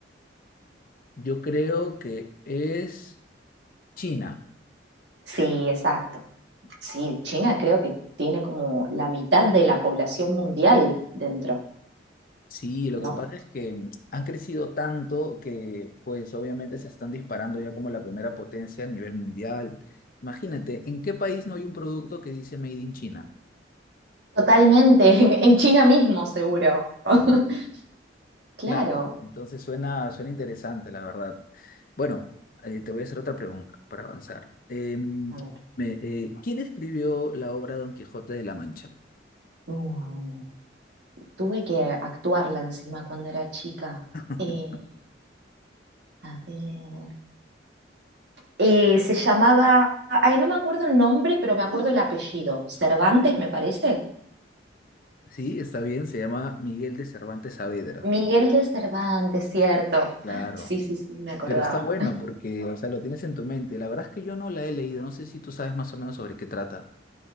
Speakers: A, on the left (about 50°); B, on the right (about 70°).
A: Yo creo que es China.
B: Sí, exacto. Sí, China creo que tiene como la mitad de la población mundial dentro,
A: Sí, lo
B: ¿no?
A: que pasa es que mm, han crecido tanto que pues obviamente se están disparando ya como la primera potencia a nivel mundial. Imagínate, ¿en qué país no hay un producto que dice Made in China?
B: Totalmente, en, en China mismo seguro. <laughs> Claro.
A: Claro, entonces suena, suena interesante, la verdad. Bueno, eh, te voy a hacer otra pregunta para avanzar. Em,
B: A ver.
A: me- eh, ¿quién escribió la obra Don Quijote de la Mancha?
B: uh, tuve que actuarla encima cuando era chica.
A: <laughs>
B: Eh, a ver. Eh, se llamaba, ay, no me acuerdo el nombre, pero me acuerdo el apellido. Cervantes, me parece.
A: Sí, está bien, se llama Miguel de Cervantes Saavedra.
B: Miguel de Cervantes, cierto.
A: Claro.
B: Sí, sí, sí, me acordaba.
A: Pero está bueno porque, o sea, lo tienes en tu mente. La verdad es que yo no la he leído, no sé si tú sabes más o menos sobre qué trata.